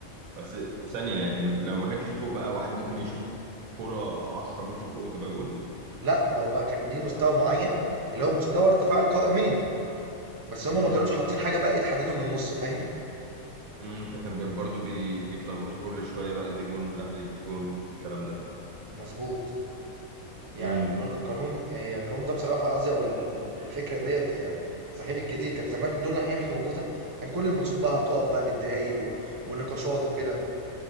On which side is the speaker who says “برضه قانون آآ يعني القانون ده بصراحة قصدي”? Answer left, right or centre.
Right